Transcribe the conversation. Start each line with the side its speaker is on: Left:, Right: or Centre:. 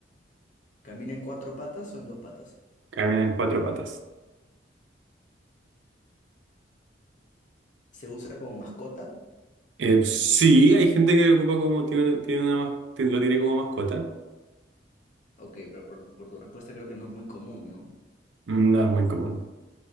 Left: ¿Camina en cuatro patas o en dos patas?
Right: Camina en cuatro patas.
Left: ¿Se usa como mascota?
Right: Eh, sí, hay gente que ocupa como, tiene, tiene una, ma- lo tiene como mascota.
Left: Ok, pero por, por tu respuesta creo que no es muy común, ¿no?
Right: No es muy común.